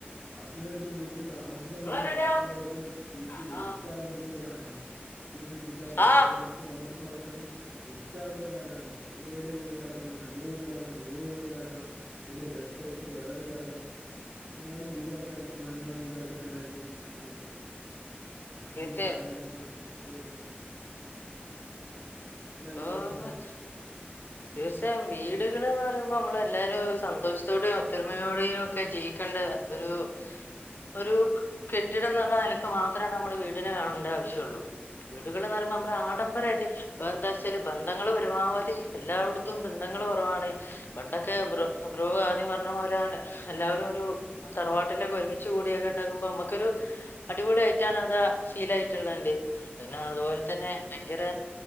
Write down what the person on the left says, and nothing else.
നിങ്ങള് റെഡിയാ?
ആ
ആ,
തീർച്ചയായും
ആഹ്
തീർച്ചയായും വീടുകള്ന്ന് പറയുമ്പോൾ നമ്മള് എല്ലാരും സന്തോഷത്തോടെയും ഒത്തൊരുമയോടെയും ഒക്കെ ജീവിക്കേണ്ട ഇതൊരു ഒരു കെട്ടിടം എന്നുള്ള നിലക്ക് മാത്രമേ നമ്മള് വീടിനെ കാണേണ്ട ആവശ്യം ഉള്ളൂ വീടുകൾളെന്നു പറയുമ്പോ നമ്മടെ ആഡംബരമായിട്ട് ബന്ധങ്ങൾ പരമാവതി എല്ലായിടത്തും ബന്ധങ്ങൾ കുറവാണ് പണ്ടൊക്കെ ബ്രോ ബ്രോ ആദ്യം പറഞ്ഞ പോലാണ് എല്ലാവരും ഒരു തടവാട്ടിലൊക്കെ ഒരുമിച്ച് കൂടിയൊക്കെണ്ടാകുമ്പോ നമ്മുക്കൊരു അടിപൊളി ആയിട്ടാണ് അതാ ഫീൽ ആയിട്ടുള്ളന്റെ പിന്നെ അതുപോലെ
തന്നെ ഭയങ്കര